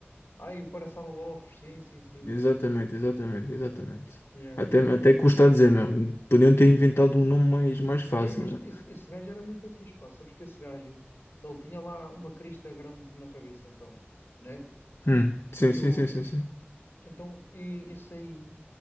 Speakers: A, on the left (about 50°); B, on the left (about 70°).
A: Ai, o Parasaurolophus. Sim, sim, sim,
B: Exatamente,
A: sim, sim.
B: exatamente, exatamente.
A: Yeah.
B: Até, até custa a dizer, meu. Podiam ter inventado um nome mais, mais fácil,
A: É, mas
B: meu.
A: esse, esse gajo era muito fixe, pá. Sabes que esse gajo, ele tinha lá uma crista grande na cabeça, então, né?
B: Hum, sim,
A: Eu,
B: sim, sim, sim, sim.
A: Então, e- isso aí,